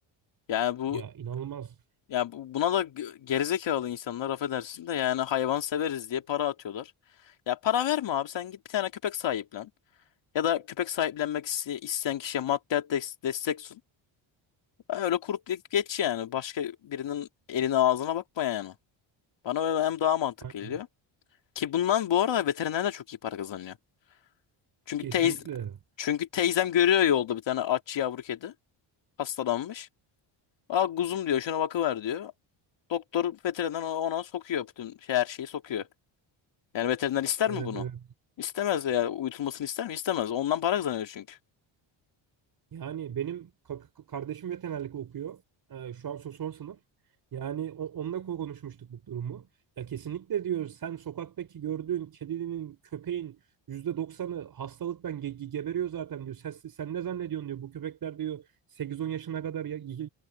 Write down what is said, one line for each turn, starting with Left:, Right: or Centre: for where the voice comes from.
Left: Yani bu
Right: Ya inanılmaz.
Left: ya bu- buna da g- gerizekalı insanlar affedersin de yani hayvan severiz diye para atıyorlar. Ya para verme abi sen git bir tane köpek sahiplen. Ya da köpek sahiplenmek iste- isteyen kişiye maddiyat des- destek sun. Öyle kurup ge- geç yani. Başka birinin eline ağzına bakma yani. Bana öyle hem daha mantıklı
Right: Yani
Left: geliyor. Ki bundan bu arada veteriner de çok iyi para kazanıyor. Çünkü
Right: kesinlikle.
Left: teyz çünkü teyzem görüyor yolda bir tane aç yavru kedi hastalanmış. Aa kuzum diyor şuna bakıver diyor. Doktor veteriner ona ona sokuyor bütün şey, her şeyi sokuyor. Yani veteriner ister
Right: Evet
Left: mi bunu?
Right: evet.
Left: İstemez ya. Uyutulmasını ister mi? İstemez. Ondan para kazanıyor çünkü.
Right: Yani benim ka- kardeşim veterinerlik okuyor. Ee, şu an so- son sınıf. Yani o- onunla ko- konuşmuştuk bu durumu. Ya kesinlikle diyor sen sokaktaki gördüğün kedinin, köpeğin yüzde doksanı hastalıktan ge- ge- geberiyor zaten diyor. Sen, sen ne zannediyorsun diyor. Bu köpekler diyor sekiz on yaşına kadar ya- ya-